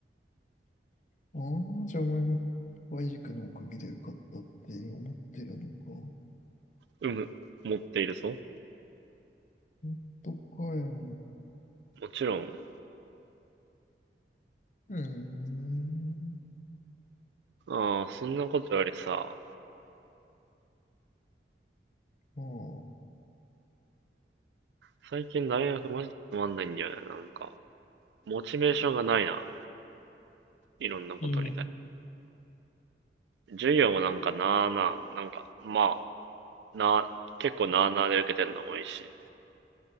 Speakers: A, on the left; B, on the right.
A: ああ、じゃあお前も Y 軸のおかげで受かったって思ってるのか。
B: うむ、持っているぞ。
A: 本当かよ。
B: もちろん。
A: うーん。
B: ああ、そんなことよりさ、
A: まあ、
B: 最近大学マジでつまんないんだよね、なんか。モチベーションがないな。いろんなことに対し
A: いい
B: て。授業もなんかなあなあ、なんか、まあ、なあ、結構なあなあで受けてるの多いし。